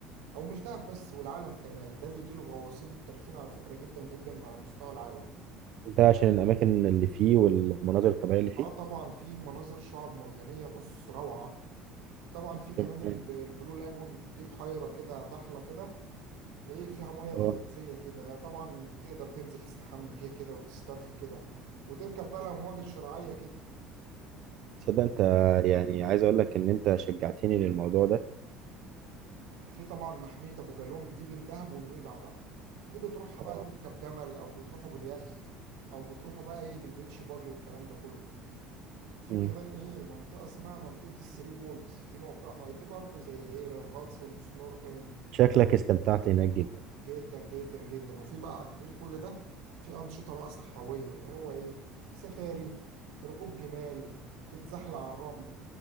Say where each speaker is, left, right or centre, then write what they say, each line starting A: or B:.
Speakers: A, on the right; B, on the right.
A: او مش دهب بس والعالم كمان ده بيجي له غواصين محترفين على فكره جدا جدا من على مستوى العالم
B: انت عشان الأماكن اللي فيه والمناظر الطبيعية اللي فيه
A: اه طبعا في مناظر شعاب مرجانيه بص روعه طبعا في كمان
B: تمام
A: الب- البلو لاجون دي بحيره كده ضحله كده ايه فيها ميه
B: اه
A: فيروزيه كده طبعا تقدر تنزل تستحمى فيها كده وتسترخي كده وتركب بقى الامواج الشرعيه كده
B: تصدق
A: وفي
B: انت يعني عايز اقول لك ان انت شجعتني للموضوع ده
A: في طبعا محميه ابو جالوم دي بين دهب ونويبع بقى دي بتروحها
B: اه
A: بقى تركب جمل او بتروحوا باليخت او بتروحوا بقى ايه بالبيتش باجي والكلام ده كله في
B: مم.
A: كمان ايه منطقة اسمها منطقة الثري بولز دي موقع آه، دي برضه زي ايه للغطس والسنوركلينج
B: شكلك استمتعت هناك جدا
A: جدا جدا جدا وفي بقى غير كل ده في أنشطة بقى صحراوية اللي هو ايه سفاري ركوب جمال تتزحلق على الرمل